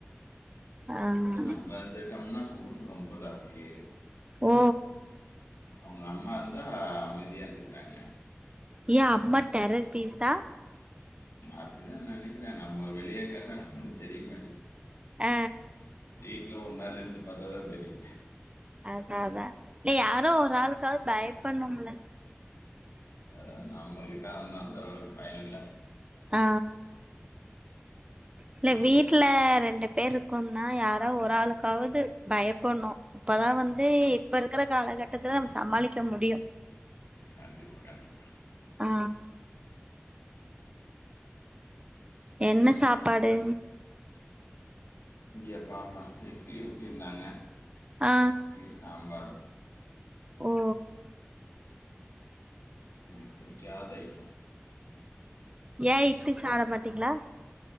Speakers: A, on the right; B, on the left.
A: ஆ
B: நம்ம எதுட்டம்னா பொருண் ரொம்பதாசியாய்
A: ஓ
B: அவங்க அம்மா இருந்தா அமைதியா இருந்துக்கிறாங்க
A: ஏ அம்ம டரர் பீஸா
B: அப்டித்தா நினைக்கிறே நம்ம வெளியேக்க தா நமக்கொன் தெரில
A: அ
B: வீட்டில ஒருனால்ருந்து பார்த்ததா தெரியுது
A: அத அதா இல்ல யாரோ ஒரு ஆளுக்காவது பயபடனும்ல
B: அத நம்மகிட்ட அந்த அந்தளவுக்கு பயோ இல்ல
A: ஆ இல்ல வீட்டுல ரெண்டு பேர் இருக்கம்னா யாரா ஒரு ஆளுக்காவது பயப்பட்னு அப்பதா வந்து இப்ப இருக்கிற காலகட்டத்துல நாம சமாளிக்க முடியு
B: கண்டிப்பா கண்டிப்பா
A: ஆ என்ன சாப்பாடு
B: எப்பாப்பா எக்கி ஊற்றியிருந்தான்ன
A: ஆ
B: இ சாம்பார்
A: ஓ
B: எனக்கு பிடிக்காதய்ட்டோ
A: ஏன் இட்லி சாட மாட்டீங்களா